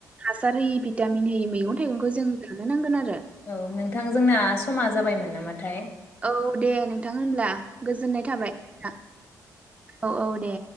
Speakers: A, on the right (about 20°); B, on the left (about 35°).
A: जारै बिद भिटामिन होयो मैगं थायगं जों जानो नांगोन आरो।
B: औ नोंथां जोंना समा जाबायमोन नामाथाय?
A: औ दे नोंथां। मा होनब्ला गोजोननाय थाबाय नोंथां औ औ दे।